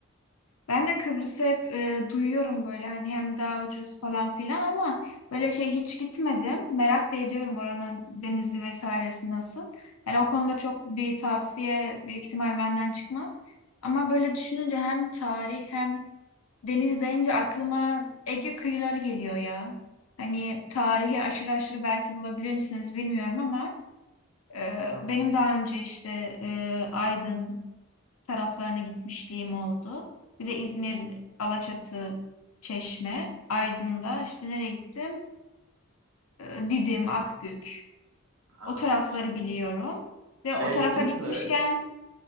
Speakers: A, on the left; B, on the right.
A: Ben de Kıbrıs'ı hep e, duyuyorum böyle hani hem daha ucuz falan filan ama böyle şey hiç gitmedim. Merak da ediyorum oranın denizi vesairesi nasıl. Yani o konuda çok bir tavsiye büyük ihtimal benden çıkmaz. Ama böyle düşününce hem tarih hem Deniz deyince aklıma Ege kıyıları geliyor ya. Hani tarihi aşırı aşırı belki bulabilir misiniz bilmiyorum ama e, benim daha önce işte e, Aydın taraflarına gitmişliğim oldu. Bir de İzmir, Alaçatı, Çeşme, Aydın'da işte nereye gittim? E, Didim, Akbük.
B: Aa,
A: O tarafları biliyorum. Ve
B: şeye
A: o tarafa
B: gittiniz
A: gitmişken
B: mi?